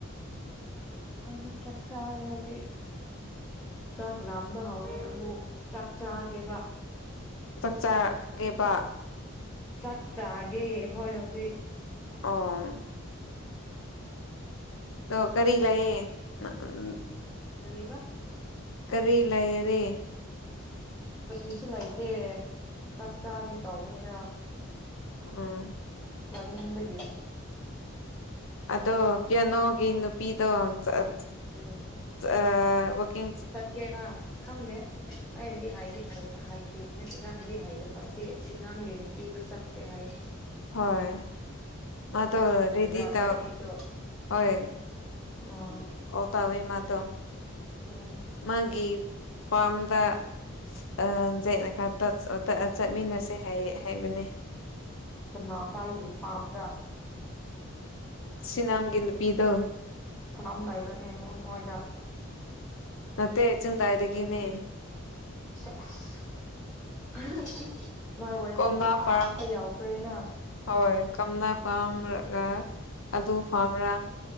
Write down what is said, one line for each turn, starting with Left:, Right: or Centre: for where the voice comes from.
Centre: ꯑꯩꯗꯤ ꯆꯥꯛ ꯆꯥꯔꯦ ꯍꯧꯖꯤꯛ ꯆꯥꯛ ꯂꯥꯝꯕ ꯍꯧꯔꯦ ꯑꯃꯨꯛ ꯆꯥꯛ ꯆꯥꯒꯦꯕꯥ
Left: ꯆꯥꯛ ꯆꯥꯒꯦꯕꯥ
Centre: ꯆꯥꯛ ꯆꯥꯒꯦ ꯍꯣꯏ ꯍꯧꯖꯤꯛ
Left: ꯑꯣ ꯑꯗꯣ ꯀꯔꯤ ꯂꯩꯌꯦ ꯅ ꯎꯝ
Centre: ꯀꯔꯤꯕꯥ
Left: ꯀꯔꯤ ꯂꯩꯔꯦ
Centre: ꯀꯔꯤꯁꯨ ꯂꯩꯇꯦ ꯆꯥꯛ ꯆꯥꯒꯦ ꯇꯧꯕꯅꯤꯗ
Left: ꯎꯝ
Centre: ꯆꯥꯅꯤꯡꯕꯒꯤ
Left: ꯑꯗꯣ ꯄꯤꯌꯥꯅꯣꯒꯤ ꯅꯨꯄꯤꯗꯣ ꯆꯑꯥ
Centre: ꯎꯝ
Left: ꯆꯑꯥ ꯋꯥꯀꯤꯡ
Centre: ꯀꯦꯔꯥ ꯈꯪꯗꯦ ꯑꯩꯅꯗꯤ ꯍꯥꯏꯗꯤ ꯍꯥꯏꯐꯥ ꯍꯥꯏꯈꯤꯕꯅꯦ ꯄꯨꯔꯥꯅꯗꯤ ꯍꯥꯏꯗꯕ ꯑꯁꯤ ꯁꯤꯅꯥꯝꯒꯤ ꯅꯨ ꯑꯩꯗꯤ ꯆꯠꯁꯦ ꯍꯥꯏꯌꯦ
Left: ꯍꯣꯏ ꯃꯥꯗꯣ
Centre: ꯅꯪꯁꯨ ꯈꯨꯝꯕ꯭ꯔꯥ
Left: ꯔꯦꯗꯤ ꯇꯧ
Centre: ꯅꯣꯏ ꯑꯅꯤꯁꯨ
Left: ꯍꯣꯏ
Centre: ꯑꯣ
Left: ꯑꯣ ꯇꯧꯋꯦ ꯃꯥꯗꯣ
Centre: ꯑꯣ
Left: ꯃꯥꯒꯤ ꯐꯥꯝꯗ ꯑꯥ <unintelligible> ꯇꯛꯑ ꯆꯠꯃꯤꯟꯅꯁꯦ ꯍꯥꯏꯌꯦ ꯍꯥꯏꯕꯅꯦ
Centre: ꯀꯅꯥ ꯀꯥꯏꯒꯤ ꯐꯥꯝꯗ
Left: ꯁꯤꯅꯥꯝꯒꯤ ꯅꯨꯄꯤꯗꯣ
Centre: ꯁꯅꯥꯝ ꯂꯩꯕ꯭ꯔꯅꯦ ꯅꯣꯏ ꯃꯣꯏꯗ
Left: ꯅꯠꯇꯦ ꯆꯤꯡꯗꯥꯏꯗꯒꯤꯅꯦ
Centre: ꯁꯦ ꯑꯁ <unintelligible> ꯅꯣꯏ ꯋꯥꯔꯤꯗꯤ
Left: ꯀꯣꯝꯂꯥ ꯐꯥꯔꯝ
Centre: ꯑꯥ ꯌꯧꯈ꯭ꯔꯦꯅ
Left: ꯍꯣꯏ ꯀꯝꯅꯥ ꯐꯥꯝꯔꯒ ꯑꯗꯨ ꯄꯥꯝꯕ꯭ꯔꯥ